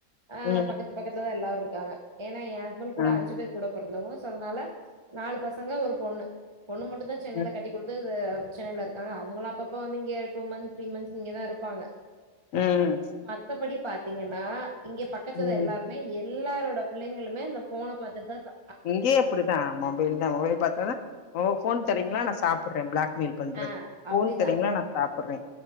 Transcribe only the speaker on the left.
ம்
ஆ
ம்
ம்
ம்
இங்கேயு அப்டிதா மொபைல் தா மொபைல் பாத்து ஒங்க ஃபோன் தரீங்ளா நா சாப்பிட்றே பிளாக்மெயில் பண்றது
ஃபோன்
தரீங்களா நா சாப்பிட்றே